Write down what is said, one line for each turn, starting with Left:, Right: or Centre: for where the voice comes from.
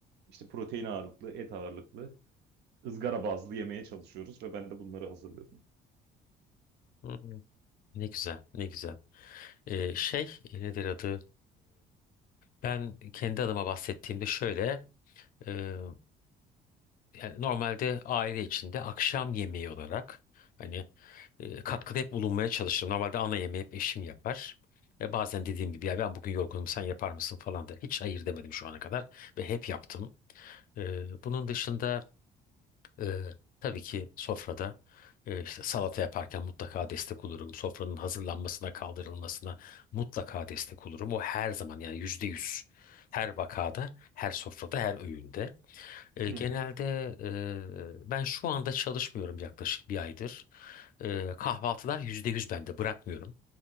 Right: işte protein ağırlıklı, et ağırlıklı ızgara bazlı yemeye çalışıyoruz ve ben de bunları hazırlıyorum.
Left: Hı. Ne güzel, ne güzel. Ee, şey e, nedir adı? Ben kendi adıma bahsettiğimde şöyle, e, yani normalde aile içinde akşam yemeği olarak hani e, katkıda hep bulunmaya çalışırım. Normalde ana yemeği hep eşim yapar. E, bazen dediğim gibi ya ben bugün yorgunum sen yapar mısın falan der. Hiç hayır demedim şu ana kadar ve hep yaptım. E, bunun dışında ee, tabii ki sofrada e, işte salata yaparken mutlaka destek olurum. Sofranın hazırlanmasına, kaldırılmasına mutlaka destek olurum. O her zaman yani yüzde yüz. Her vakada, her sofrada, her öğünde. Ee,
Right: Hı
Left: genelde
Right: hı.
Left: e, ben şu anda çalışmıyorum yaklaşık bir aydır. Ee, kahvaltılar yüzde yüz bende bırakmıyorum.